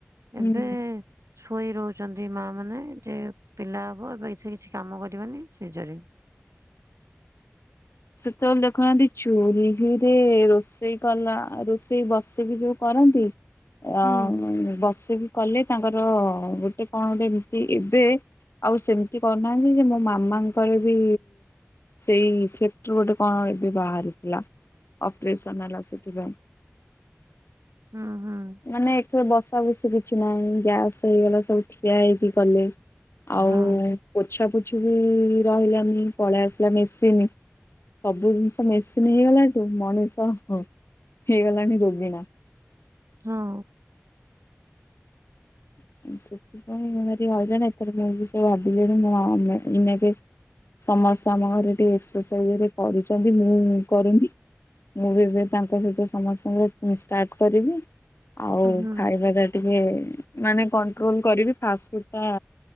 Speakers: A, on the left (about 55°); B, on the right (about 85°).
A: ହୁଁ।
B: ଏବେ ଶୋଇ ରହୁଚନ୍ତି ମା ମାନେ ଯେ ପିଲା ହବ ଏବେ ସେ କିଛି କାମ କରିବନି ସିଜରିଙ୍ଗ
A: ସେତେବେଳେ ଦେଖୁନାହାନ୍ତି ଚୁଲିରେ ରୋଷେଇ କଲା ରୋଷେଇ ବସିକି ଯଉ କରନ୍ତି ଅ
B: ହୁଁ ହୁଁ।
A: ବସିକି କଲେ ତାଙ୍କର ଗୋଟେ କଣ ଗୋଟେ ଏମିତି ଏବେ ଆଉ ସେମିତି କରୁନାହାନ୍ତି ଯେ ମୋ ମାମାଙ୍କର ବି ସେଇ ଥିରୁ ଗୋଟେ କଣ ଏବେ ବାହାରିଥିଲା ଅପରେସନ୍ ହେଲା ସେଥିପାଇଁ।
B: ହୁଁ ହୁଁ।
A: ମାନେ ଏକ୍ ତ ବସା ବସି କିଛି ନାହିଁ ଗ୍ୟାସ୍ ହେଇଗଲା ସବୁ ଠିଆ ହେଇକି କଲେ। ଆଉ
B: ହଁ
A: ପୋଛା ପୋଛି ବି ରହିଲାନି ପଳେଇ ଆସିଲା ମେସିିନି। ସବୁ ଜିନିଷ ମେସିନ୍ ହେଇଗଲାଠୁ ମଣିଷ ହେଇଗଲାଣି ରୋଗିଣା।
B: ହଁ
A: <unintelligible> ସମସ୍ତେ ଆମ ଘରେ ଟିକେ ଏକ୍ସରସାଇଜ୍ ହେଲେ କରୁଚନ୍ତି ମୁଁ କରୁନି। ମୁଁ ବି ଏବେ ତାଙ୍କ ସହିତ ସମସ୍ତଙ୍କ ଷ୍ଟାର୍ଟ କରିବି। ଆଉ
B: ହୁଁ।
A: ଖାଇବା ଟା ଟିକେ ମାନେ କଣ୍ଟ୍ରୋଲ୍ କରିବି ଫାଷ୍ଟଫୁଡ଼୍ ଟା